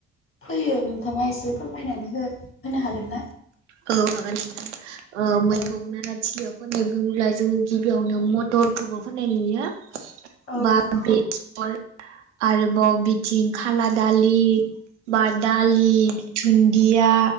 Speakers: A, on the left (about 35°); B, on the right (about 75°).
A: फैयो नोंथाङा एसे फोरमायनानै हो । होनो हागोन ना?
B: औ हागोन नोंथां । मैगं
A: औ
B: नाराथिलियाव फोनो बुंयोब्लाव जों गिबियावनो मटरफोरबो फोनाय नुयो
A: औ
B: बा बेसर आरोबाव बिथिं खाला दालि । बा दालि दुन्दिया